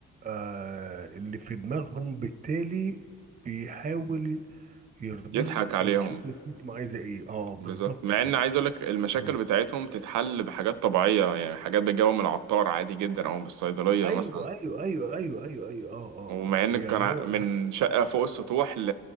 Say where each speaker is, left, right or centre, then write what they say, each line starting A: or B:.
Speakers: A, on the right; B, on the right.
A: آه اللي في دماغهم بالتالي بيحاول يرضيهم
B: يضحك عليهم
A: او يشوف نفسيتهم عايزه ايه اه بالظبط
B: بالظبط مع ان
A: كده
B: عايز اقولك المشاكل
A: آه.
B: بتاعتهم تتحل بحاجات طبيعية يعني حاجات بتجيبها من العطار عادي جدا او من الصيدلية
A: ايوه
B: مثلا
A: ايوه ايوه ايوه ايوه ايوه اه
B: ومع ان
A: اه يعني
B: كان ع-
A: هو
B: من شقة فوق السطوح ل...